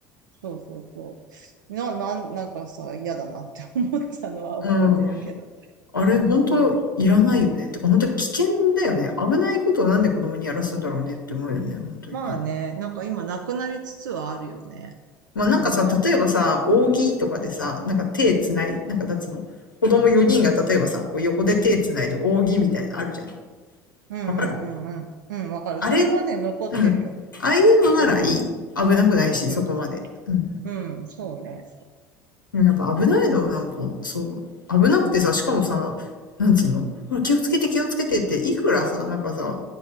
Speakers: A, on the right; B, on the left.
A: そうそうそう。な、なん、なんかさ、嫌だなって思ったのは
B: うん。
A: <laughs> 覚えてるけど。
B: あれ、本当いらないよね。
A: そう。
B: てか、本当危険だよね。危ないことをなんで子供にやらすんだろうねって思うよね、本当にね。
A: まあね、なんか今なくなりつつはあるよね。
B: まあなんかさ、
A: なんか。
B: 例えばさ、扇とかでさ、なんか手つない、なんかなんつうの、子供4人が例えばさ、こう横で手つないで扇みたいなのあるじゃん。
A: うんうんうんうん。
B: わかる
A: うん、わかる。
B: あれ、
A: それはね、
B: うん。
A: 残ってるよ。
B: ああいうのならいい。
A: そういう。
B: 危なくないし、
A: うん
B: そこまで。うん。
A: うん、そうね。
B: うんやっぱ危ないの、なんか、そう。危なくてさ、しかもさ、なんつうのほら気をつけて気をつけてって、いくらさ、なんかさ、